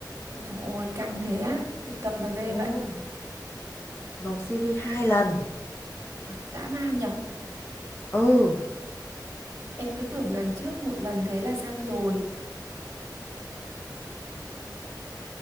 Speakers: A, on the right (about 40°); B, on the left (about 30°).
A: ôi dồi ôi căng thế á thực tập mà ghê
B: Ừ,
A: vậy
B: nộp CV hai lần.
A: Nhở, dã man nhở
B: Ừ,
A: em cứ tưởng lần trước một lần thế là xong rồi